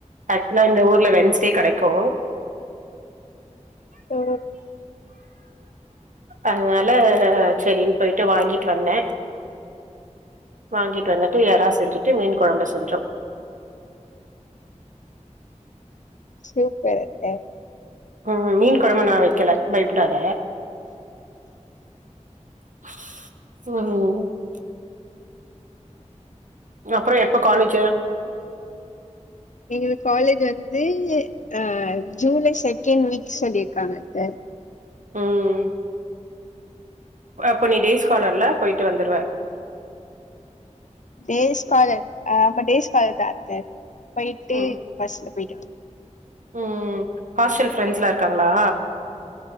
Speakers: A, on the right (about 80°); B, on the left (about 75°).
A: ஆக்சுவலா இந்த ஊர்ல வென்ஸ்டே கெடைக்கு
B: ஓ
A: அதனால செரின்னு போய்ட்டு வாங்கிட்டு வந்த வாங்கிட்டு வந்துட்டு எறா செஞ்சுட்டு மீன் குழம்பு செஞ்ஜோ
B: சூப்பரு அக்கா
A: ம் மீன் குழம்பு நா வைக்கல பயப்டாத ம் அப்றோ எப்ப காலேஜு
B: எங்ளுக்கு காலேஜூ வந்து அ ஜூலை செகண்ட் வீக் சொல்லிருக்காங்க அத்த
A: ம் அப்ப நீ டேஸ் காலர்ல போய்ட்டு வந்துருவ
B: டேஸ் காலர் ஆமா டேஸ் காலர் தா அத்த போய்ட்டு
A: ம்
B: பஸ்ல போய்ட்டு
A: ம் ஹாஸ்டல் ஃப்ரெண்ட்ஸ்ல்லா இருக்காங்ளா